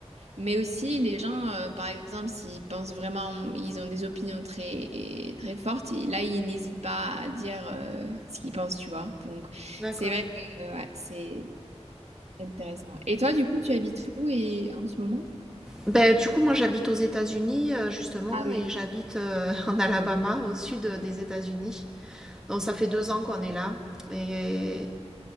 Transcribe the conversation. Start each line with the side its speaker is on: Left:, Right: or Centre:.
Right: mais aussi les gens, euh, par exemple, s'ils pensent vraiment, ils ont des opinions très très fortes, et là, ils n'hésitent pas à dire euh, ce qu'ils pensent, tu vois. Donc,
Centre: D'accord.
Right: c'est vrai que euh, ouais, c'est intéressant. Et toi, du coup, tu habites où et en ce moment?
Centre: Ben, du coup, moi, j'habite aux États-Unis, euh, justement,
Right: Ah oui.
Centre: et j'habite euh, <laughs> en Alabama, au sud euh, des États-Unis. Donc, ça fait deux ans qu'on est là. Et